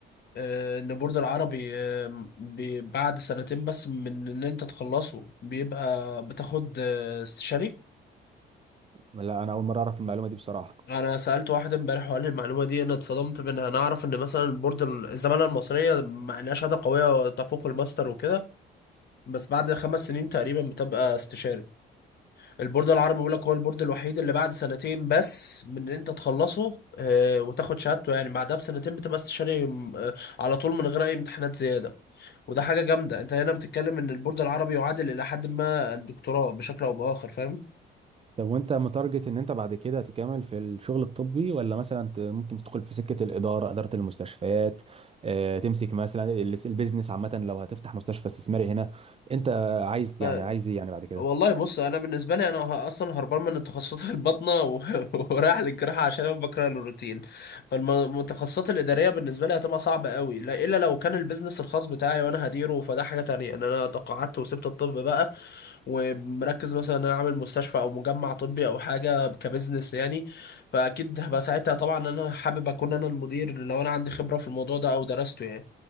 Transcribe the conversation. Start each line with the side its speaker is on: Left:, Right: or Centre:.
Left: آه، ان البورد العربي آه، بي- بعد سنتين بس من ان انت تخلصه بيبقى بتاخد آه، استشاري
Right: لا انا اول مره اعرف المعلومه دي بصراحه
Left: انا سألت واحد امبارح وقال لي المعلومة دي انا اتصدمت منها انا اعرف ان مثلا البورد ال- الزمالة المصرية مع انها شهادة قوية تفوق الماستر وكده بس بعد خمس سنين تقريبا بتبقى استشاري البورد العربي بيقول لك هو البورد الوحيد اللي بعد سنتين بس من ان انت تخلصه آه، وتاخد شهادته يعني بعدها بسنتين بتبقى استشاري م- آه، على طول من غير اي امتحانات زياده وده حاجه جامده انت هنا بتتكلم ان البورد العربي يعادل الى حد ما الدكتوراه بشكل او باخر فاهم
Right: طب وانت متارجت ان انت بعد كده تكمل في الشغل الطبي ولا مثلا ت- ممكن تدخل في سكة الإدارة إدارة المستشفيات اه تمسك مثلا ال- البيزنس عامة لو هتفتح مستشفى استثماري هنا انت عايز
Left: آه،
Right: يعني عايز ايه يعني بعد كده
Left: والله بص انا بالنسبه لي انا ه- اصلا هربان من تخصصات البطنه و- <laughs> ورايح للجراحه عشان انا بكره الروتين فالمتخصصات الاداريه بالنسبه لي هتبقى صعبه قوي لا الا لو كان البيزنس الخاص بتاعي وانا هديره فده حاجه تانية ان انا تقاعدت وسبت الطب بقى ومركز مثلا ان انا عامل مستشفى او مجمع طبي او حاجه كبزنس يعني فاكيد هبقى ساعتها طبعا ان انا حابب اكون انا المدير لو انا عندي خبره في الموضوع ده او درسته يعني